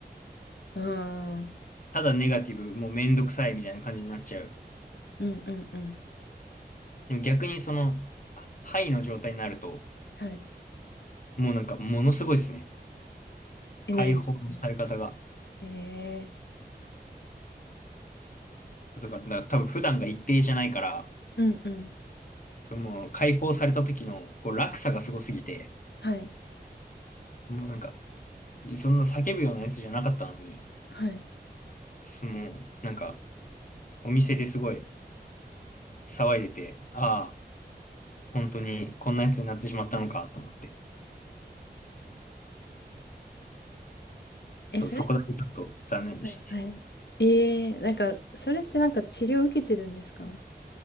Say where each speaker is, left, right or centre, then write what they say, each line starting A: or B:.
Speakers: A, on the left; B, on the left.
A: うーん。うん
B: ただネガティブ、もうめんどくさいみたいな感じになっちゃう。
A: うんうん。
B: でも逆にその、あハイの状態になると、
A: はい。
B: もうなんかものすごいですね。
A: エネルギー。
B: 解放のされ方が。
A: ええ
B: だから、だから多分普段が一定じゃないから、
A: うんうん。
B: その解放された時のこう落差がすごすぎて、
A: はい。
B: もうなんか、そんな叫ぶようなやつじゃなかったのに、
A: はい。
B: その、なんか、お店ですごい騒いでて、ああ、本当にこんなやつになってしまったのかと思って。
A: え、
B: そ、
A: それ
B: そこだけちょっと残念でしたね。
A: はい。はい。ええなんか、それってなんか治療受けてるんですか